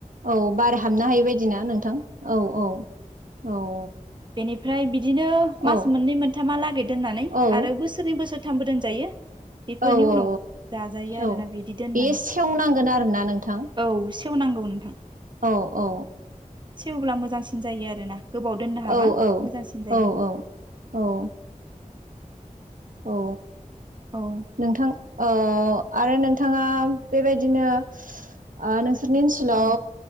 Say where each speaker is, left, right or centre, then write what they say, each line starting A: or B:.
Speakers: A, on the right (about 75°); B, on the right (about 35°).
A: औ बार हाबनो हायै बादि ना नोंथां औ औ औ
B: बेनिफ्राय बिदिनो मास
A: औ
B: मोननै मोनथामा लागै दोननानै
A: औ
B: आरो बोसोरनै बोसोर थामबो दोनजायो बेफोरनि
A: औ
B: उनाव
A: औ
B: जाजायो आरोना
A: औ
B: बिदि दोननानै
A: बेयो सेवनांगोन आरोना नोंथां
B: औ सेवनांगौ नोंथां
A: औ औ
B: सेवब्ला मोजांसिन जायो आरो ना गोबाव दोननो हाबा
A: औ औ
B: मोजांसिन जायो
A: औ औ औ औ
B: औ
A: नोंथां ओ आरो नोंथाङा बेबायदिनो ओ नों सिनि ओनसोलाव
B: औ